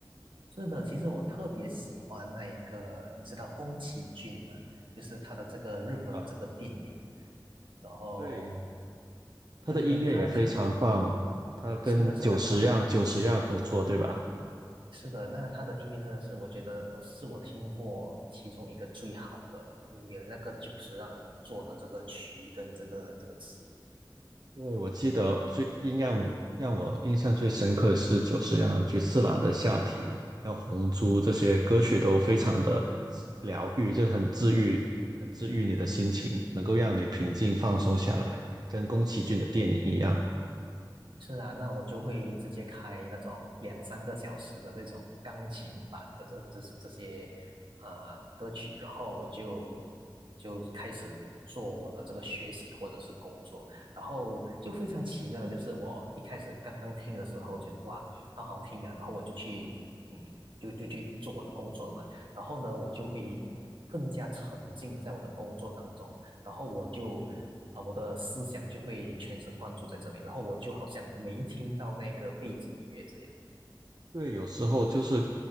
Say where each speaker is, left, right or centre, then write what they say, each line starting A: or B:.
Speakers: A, on the right; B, on the right.
A: 是的，其实我特别喜欢那一个，你知道宫崎骏吗？就是他的这个日本的这个电影，
B: 啊，
A: 然后
B: 对，他的音乐也非常棒，
A: 对对，他他
B: 他跟久石让久石让合作，
A: 是的，是的，他
B: 对吧？
A: 是的，那他的音乐真的是，我觉得我是我听过其中一个最好的音乐，那个久石让做的这个曲跟这个这个词。
B: 对，我记得最印让我让我印象最深刻的是久石让、菊次郎的《夏天》，还有《红猪》这些歌曲都非常的治疗愈，就是很治愈，很治愈你的心情，能够让你平静放松下来，跟宫崎骏的电影一样。
A: 是啊，那我就会直接开那种两三个小时的这种钢琴版的这这这些呃歌曲，然后我就就开始做我的这个学习或者是工作，然后就非常奇妙的就是我一开始刚刚听的时候觉得哇好好听啊，然后我就去嗯就就去做我的工作了嘛，然后呢我就会更加沉浸的在我的工作当中，然后我就啊、我的思想就会全神贯注在这里，然后我就好像没听到那个背景音乐这样。
B: 对，有时候就是